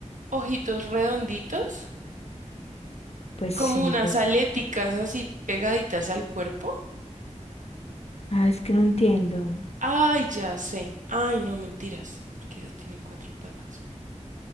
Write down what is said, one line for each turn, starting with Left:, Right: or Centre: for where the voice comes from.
Right: ojitos redonditos,
Left: Pues
Right: como
Left: sí,
Right: unas
Left: pues-
Right: aléticas así pegaditas al cuerpo.
Left: Ah, es que no entiendo.
Right: Ay, ya sé. Ay, no, mentiras, porque ellos tienen cuatro patas.